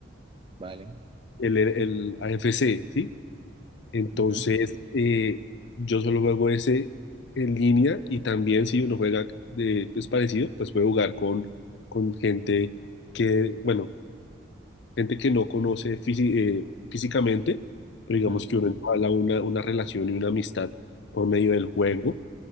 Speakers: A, on the right; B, on the left.
A: Vale.
B: el, el, el AFC, ¿sí? Entonces,
A: ujú,
B: eh, yo solo juego ese en línea y también si uno juega de, pues, parecido, pues puede jugar con, con gente que, bueno, gente que no conoce fisi- eh, físicamente, pero
A: ujú.
B: digamos que uno entabla una, una relación y una amistad por medio del juego.